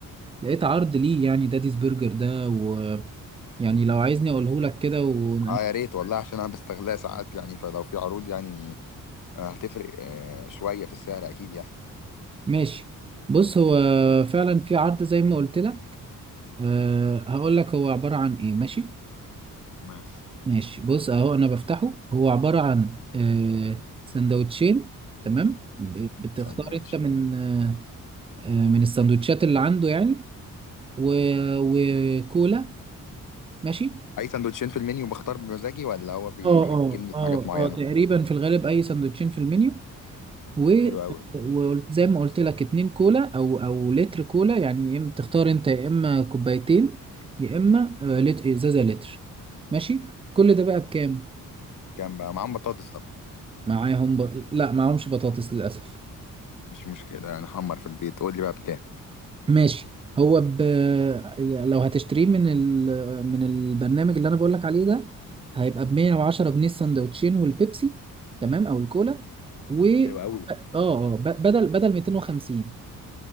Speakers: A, on the right; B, on the left.
A: لقيت عرض ليه يعني داديز برجر ده ويعني لو عايزني اقوله لك كده و...
B: اه يا ريت والله عشان أنا بستغلها ساعات يعني فلو في عروض يعني آه، هتفرق آه، شوية في السعر أكيد يعني
A: ماشي بص هو فعلا في عرض زي ما قلت لك أه هقول لك هو عبارة عن ايه ماشي
B: ماشي
A: ماشي بص اهو انا بفتحه هو عبارة عن أه سندوتشين تمام ب- بتختار
B: سندوتش
A: انت من
B: ده.
A: أه آه، من السندوتشات اللي عنده يعني و... وكولا ماشي
B: أي سندوتشين في المنيو بختار بمزاجي ولا هو بيحجمني
A: اه اه
B: في
A: اه
B: حاجات معينة؟
A: اه تقريبا في الغالب اي سندوتشين في المنيو و
B: حلو أوي
A: وزي ما قلت لك اتنين كولا او او لتر كولا يعني يم- تختار انت يا اما كوبايتين يا اما آه، لت- ازازه لتر ماشي كل ده بقى بكام
B: كام بقى معاهم بطاطس طبعا
A: معاهم ب... لا معاهمش بطاطس للاسف
B: مش مشكلة نحمر في البيت قول لي بقى بكام
A: ماشي هو ب... لو هتشتريه من ال... من البرنامج اللي انا بقولك عليه ده هيبقى ب 110 جنيه السندوتشين والبيبسي تمام او الكولا و اه
B: حلو أوي
A: اه ب... بدل بدل 250